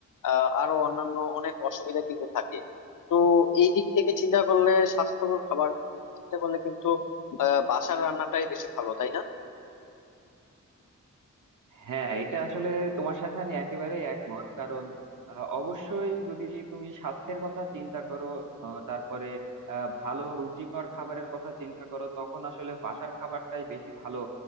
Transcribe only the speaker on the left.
আহ, আরো অন্যান্য অনেক অসুবিধা কিন্তু থাকে তো এই দিক থেকে চিন্তা করলে স্বাস্থ্যকর খাবার চিন্তা করলে কিন্তু আহ বাসার রান্নাটাই বেশি ভালো তাই না